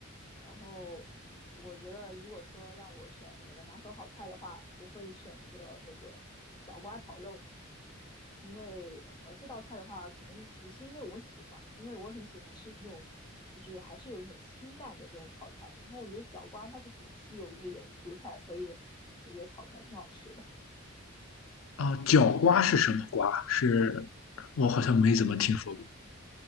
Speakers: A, on the left (about 25°); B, on the left (about 75°).
A: 然后我觉得，如果说让我选我的拿手好菜的话，我会选择那个角瓜炒肉，因为呃这道菜的话，可能也是因为我喜欢，因为我很喜欢吃这种就是还是有点清淡的这种炒菜。然后我觉得角瓜它是挺稀有的一种蔬菜，所以我觉得炒出来挺好吃的。
B: 啊，角瓜是什么瓜？是我好像没怎么听说过。